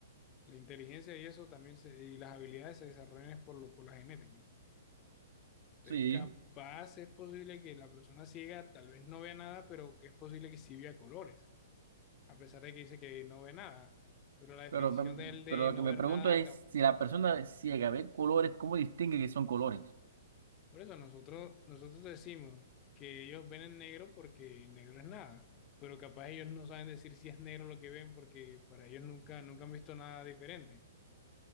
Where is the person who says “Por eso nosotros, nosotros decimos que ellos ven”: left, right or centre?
Left